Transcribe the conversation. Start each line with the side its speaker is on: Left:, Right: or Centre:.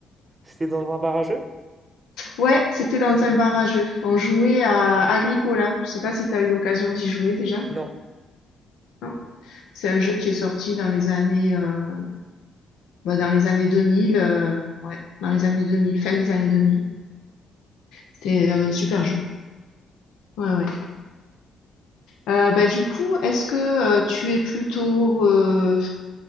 Right: C'était dans un bar à jeux?
Left: ouais, c'était dans un bar à jeux. On jouait à Agricola. Je sais pas si tu as eu l'occasion d'y jouer déjà.
Right: Non.
Left: Non. C'est un jeu qui est sorti dans les années, euh, bah, dans les années 2000. euh, ouais, dans les années 2000, fin des années 2000. C'était un euh, super jeu. Ouais, ouais. Euh, bah, du coup, est-ce que euh, tu es plutôt euh,